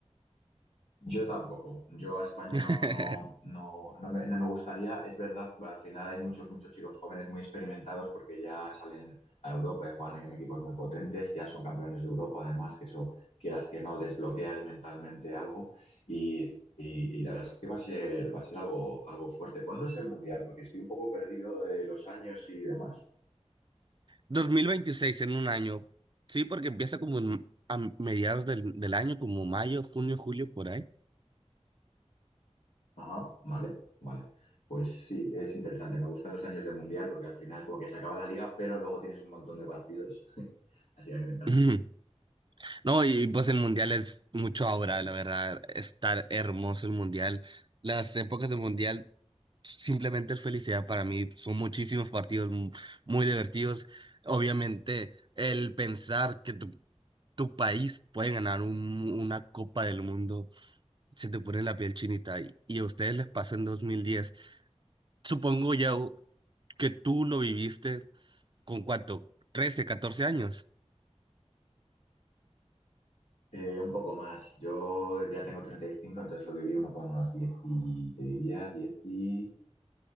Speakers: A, on the left; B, on the right.
A: Yo tampoco. Yo a España
B: <laughs>
A: no, no, no me, no me gustaría. Es verdad, al final hay muchos, muchos chicos jóvenes muy experimentados porque ya salen a Europa y juegan en equipos muy potentes, ya son campeones de Europa, además, que eso quieras que no desbloquea ahí mentalmente algo. Y, y- y la verdad es que va a ser, va a ser algo, algo fuerte. ¿Cuándo es el Mundial? Porque estoy un poco perdido de los años y demás.
B: 2026 en un año, sí, porque empieza como en- a mediados del, del año, como mayo, junio, julio, por ahí.
A: Ajá, vale, vale. Pues sí, es interesante. Me gustan los años de mundial porque al final como que se acaba la liga, pero luego tienes un montón de partidos. Así que a mí me encanta.
B: Ujú. <laughs> No, y pues el mundial es mucho ahora, la verdad, estar hermoso el mundial. Las épocas del mundial simplemente es felicidad para mí, son muchísimos partidos mu- muy divertidos. Obviamente, el pensar que tú tu país puede ganar un- una Copa del Mundo, se te pone la piel chinita y, y a ustedes les pasó en 2010. Supongo ya que tú lo viviste con cuánto, 13, 14 años.
A: Eh, un poco más. Yo ya tengo 35 entonces lo viví uno con unos 10 y te diría 10 y...